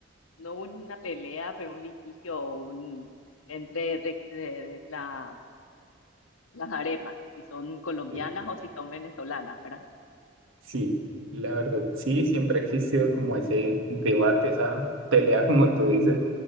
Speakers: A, on the left; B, on the right.
A: no una pelea, pero un litigio o un, entre de- de- de la- las arepas, si son colombianas
B: Sí,
A: o si son venezolanas, ¿verdad?
B: Sí, la verdad, sí, siempre ha existido como ese debate, esa pelea, como tú dices,